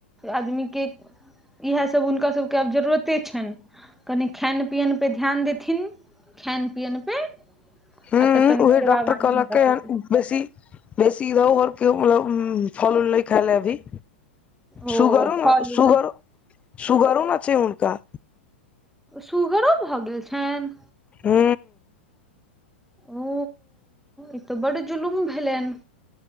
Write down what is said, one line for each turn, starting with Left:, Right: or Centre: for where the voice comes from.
Centre: आदमी के इहे सब हुनका सभके आब जरूरते छन कनि खायन पियन पे ध्यान देथिन खैन पियन पे
Left: हूँ
Centre: आ तऽ कनि सेव
Left: उहे डॉक्टर
Centre: बारी
Left: कहलकै
Centre: हुनका सभके
Left: हन बेसी बेसी इधर उधर के मतलब फल उल नहि खायइ ले अभी।
Centre: ओ
Left: सुगरो न
Centre: फल
Left: सुगरो
Centre: उल नहि
Left: सुगरो नै छै हुनका
Centre: सुुगरो भऽ गेल छनि।
Left: हू।
Centre: ओ ई तऽ बड़ जुलुम भेलनि